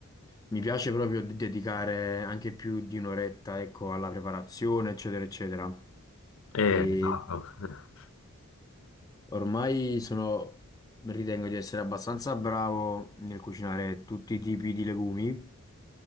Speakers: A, on the left; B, on the left.
A: mi piace proprio de- dedicare anche più di un'oretta, ecco, alla preparazione, eccetera, eccetera.
B: Eh,
A: E
B: esatto. <laughs>
A: ormai sono, ritengo di essere abbastanza bravo nel cucinare tutti i tipi di legumi,